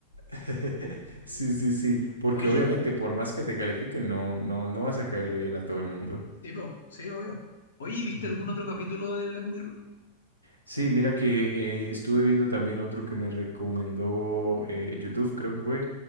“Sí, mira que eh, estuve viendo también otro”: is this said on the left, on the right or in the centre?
Left